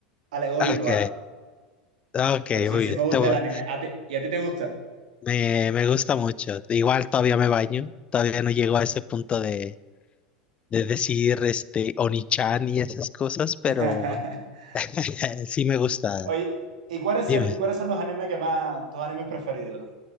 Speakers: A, on the right; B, on the left.
A: alegórico
B: Ok,
A: a.
B: ok,
A: Pero sí,
B: muy
A: sí
B: bien.
A: me gusta
B: Te voy,
A: el anime. ¿A ti- ¿Y a ti te gusta?
B: Me, me gusta mucho. Igual todavía me baño. Todavía no llego a ese punto de, de decir este Onichan y esas cosas, pero
A: <laughs>
B: <laughs> sí me gusta.
A: Oye, ¿y cuáles, ser-
B: Dime.
A: y cuáles son los animes que más, tus animes preferidos?